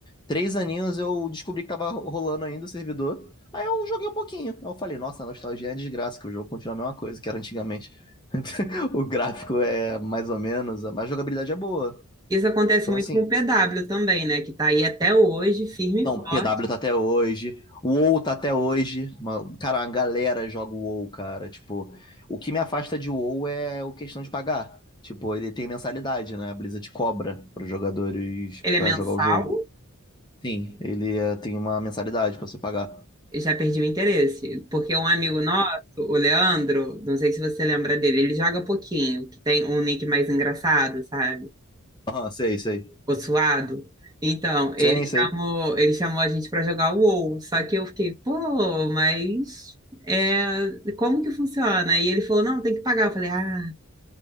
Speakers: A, on the left; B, on the right.
A: três aninhos eu descobri que tava rolando ainda o servidor. Aí eu joguei um pouquinho. Aí eu falei, nossa, a nostalgia é desgraça, que o jogo continua a mesma coisa que era antigamente. <laughs> O gráfico é mais ou menos, mas a jogabilidade é boa.
B: isso acontece
A: Então,
B: muito
A: assim,
B: com o PW também, né? Que tá aí até hoje, firme
A: Não,
B: e forte.
A: PW tá até hoje. O WoW tá até hoje. Uma- cara, uma galera joga o WoW, cara. Tipo, o que me afasta de WoW é a questão de pagar. Tipo, ele tem mensalidade, né? A Blizzard cobra para jogadores
B: Ele é
A: pra
B: mensal,
A: jogar o jogo. Sim, ele eh, tem uma mensalidade pra você pagar.
B: eu já perdi o interesse, porque um amigo nosso, o Leandro, não sei se você lembra dele, ele joga pouquinho, que tem um nick mais engraçado, sabe?
A: Aham, sei, sei.
B: O suado. Então, ele
A: Sim, sei.
B: chamou, ele chamou a gente pra jogar o WoW, só que eu fiquei, pô, mas é, como que funciona? E ele falou, não, tem que pagar. Eu falei, ah,